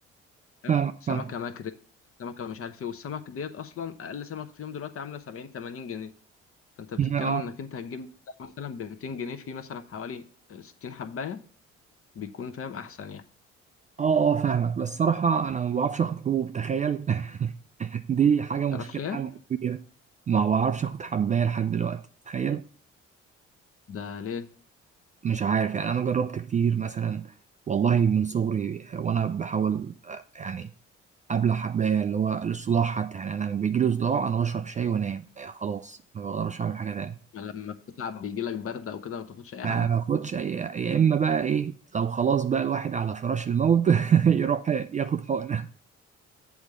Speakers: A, on the left; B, on the right.
A: فاهم؟
B: فاهم
A: سمكه
B: فاهم
A: ماكريل سمكه مش عارف ايه والسمك ديت اصلا اقل سمكه فيهم دلوقتي عامله 70 80 جنيه فانت بتتكلم
B: <laughs>
A: انك انت هتجيب بتاع مثلا ب 200 جنيه في مثلا حوالي 60 حبايه بيكون فاهم احسن يعني
B: اه اه فاهمك بس صراحة انا ما بعرفش اخد حبوب تخيل <laughs> دي حاجة مشكلة
A: تعرفش ايه
B: عندي كبيرة ما بعرفش اخد حباية لحد دلوقتي تخيل
A: ده ليه
B: مش عارف يعني انا جربت كتير مثلا والله من صغري وانا بحاول آه، يعني ابلع حباية اللي هو الصداع حتى يعني انا لما بيجيلي صداع انا بشرب شاي وانام آه، خلاص ما بقدرش اعمل حاجة تانية
A: لما بتتعب بيجي لك برد او كده ما تاخدش اي
B: ما
A: حاجه
B: باخدش أي- يا اما بقى ايه لو خلاص بقى الواحد على فراش الموت <laughs> يروح ياخد حقنة